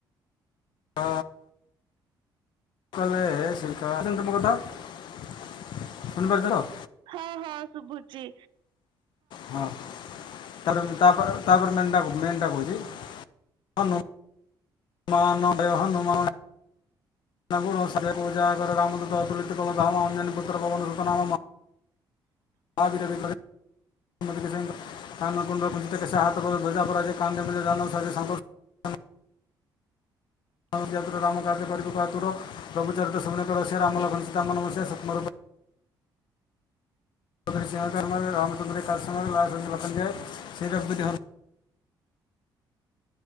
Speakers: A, on the left; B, on the right.
A: ଆ <unintelligible> ମୋ କଥା ଶୁଣି ପାରୁଛ ତ।
B: ହଁ ହଁ ଶୁଭୁଛି।
A: ହଁ ତାପ ତାପ ତାପର ଲାଇନ ଟା କହୁଛି। ମେନ୍ ଟା କହୁଛି ମନ ମନ ବ୍ୟୟ ହାନୁମ୍ ଗୁଣ ସ ପୂଜାଗର ରାମଦୂତ ଅତୁଳିତ ଫଳ ଧାମ ଅଞନୀ ପୁତ୍ର ପବନ ସୁତ୍ ନାମା। ମହାବୀର ବିକ୍ରମ କୁମୁତନ ସଙ୍ଗ କାନନ କୁଣ୍ଡଲ କୁିତେଶା ହାତ ଧଜାପରା କାନ୍ଦେ ମିେ ଦାନ ସନ୍ତୋଷ ମତତୁରରେ ରାମ କାର୍ଯ୍ୟକାରୀକୁାତୁର ପ୍ରଘୁ ଚରିତ୍ରନିକ ରିଆ ରାମଲଘନ ସିତାମନବସ୍ୟା ସ୍ୱପମରୂପ ସରି ସିଂହାକରମାରେ ରାମଚନ୍ଦ୍ର କାରସମର ଲାଚନ୍ଦ୍ର ଲଖଞନ୍ଦାୟ ଶରଖୁଦ୍ଧ